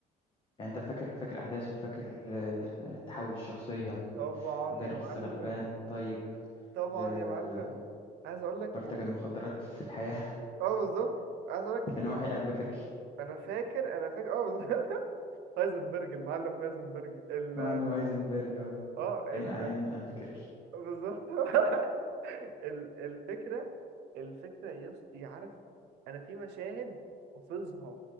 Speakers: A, on the left; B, on the right.
A: يعني انت فاكر فاكر احداثه وفاكر آه، آه، تحول الشخصيه من
B: طبعا
A: مدرس
B: يا معلم
A: غلبان طيب
B: طبعا
A: لاكبر
B: يا معلم عايز اقول لك و...
A: تاجر مخدرات في الحياه
B: اه بالظبط عايز اقول لك
A: <laughs> في نواحي البكركي
B: انا فاكر انا فاكر اه بالظبط <laughs> هايزنبرج المعلم هايزنبرج ال
A: معلم هايزنبرج اه
B: اه
A: عين
B: ال
A: اعيان البكركي
B: بالظبط <laughs> ال... الفكره الفكره يس... يعرف انا في مشاهد حافظها